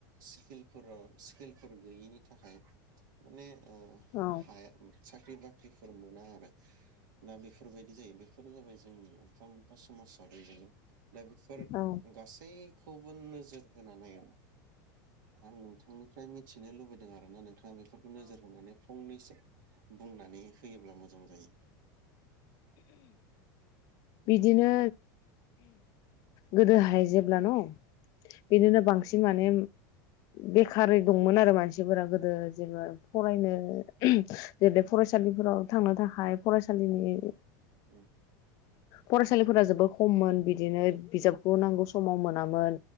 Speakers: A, on the right (about 70°); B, on the left (about 35°).
A: स्किलफोराव स्किलफोर गैयिनि थाखाय माने ओ
B: औ
A: हाया साख्रि बा ख्रि फोर मोना आरो दा बेफोरबायदि जायो बेफोरो जाबाय जोंनि मोनफा मोनफा समाजारि जेंना दा बेफोर
B: औ
A: गासैखौबो नोजोर होनानै आं नोंथांनि फ्राय मिथिनो लुबैदों आरो ना नोंथाङा बेफोर नोजोर होनानै फंनैसो बुंनानै होयोब्ला मोजां जायो
B: बिदिनो गोदोहाय जेब्ला न' बिदिनो बांसिन
A: उम
B: माने बेखार दंमोन आरो मानसिफोरा गोदो जेबो फरायनो जेरै फरायसालिफोराव थांनो थाखाय फरायसालिनि
A: उम
B: फरायसालिफोरा जोबोद खममोन बिदिनो बिजाबखौ नांगौ समाव मोनामोन